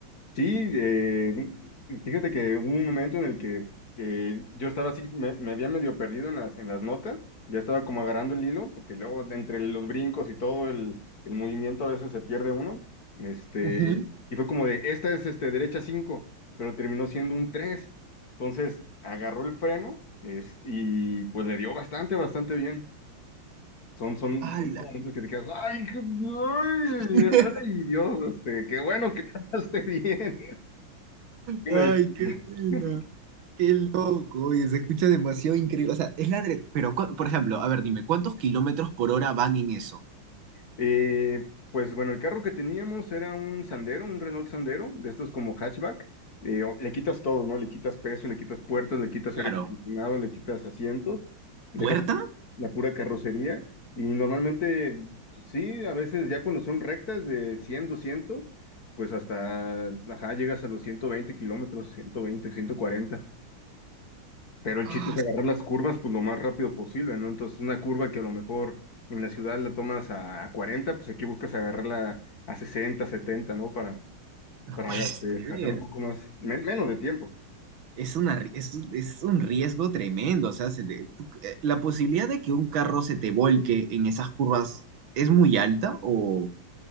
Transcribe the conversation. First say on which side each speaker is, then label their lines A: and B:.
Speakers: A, on the left (about 45°); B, on the right (about 75°).
A: Sí, eh, fíjate que hubo un momento en el que eh, yo estaba así, me, me había medio perdido en las, en las notas, ya estaba como agarrando el hilo, porque luego entre los brincos y todo el, el movimiento a veces se pierde uno, este,
B: Ujú.
A: y fue como de, esta es este, derecha 5, pero terminó siendo un 3, entonces agarró el freno es- y pues le dio bastante, bastante bien. Son, son,
B: ¡Hala!
A: son momentos que te quedas, ay, qué- ay,
B: <laughs>
A: ay, Dios, este, qué bueno que <laughs> cantaste bien. Una
B: ¡Ay,
A: disculpa.
B: qué buena!
A: <laughs>
B: Qué loco, oye, se escucha demasiado increíble. O sea, es la... adre- Pero, cu- por ejemplo, a ver, dime, ¿cuántos kilómetros por hora van en eso?
A: Eh, pues bueno, el carro que teníamos era un Sandero, un Renault Sandero, de estos como hatchback. Eh, o- le quitas todo, ¿no? Le quitas peso, le quitas puertas, le quitas
B: Claro.
A: aire acondicionado, le quitas asientos, dejas
B: ¿Puerta?
A: la pura carrocería. Y normalmente, pues, sí, a veces ya cuando son rectas de 100, 200, pues hasta, ajá, llegas a los 120 kilómetros, ciento veinte, ciento cuarenta. Pero
B: Ah,
A: el chiste es agarrar las curvas pues lo más rápido posible, ¿no? Entonces una curva que a lo mejor en la ciudad la tomas a, a 40, pues aquí buscas agarrarla a 60, 70, ¿no? Para,
B: no
A: para
B: puede ser.
A: eh, hacer un poco más, men- menos de tiempo.
B: Es una, ri- es, un- es un riesgo tremendo. O sea, se te- tú- eh, la posibilidad de que un carro se te volque en esas curvas es muy alta o...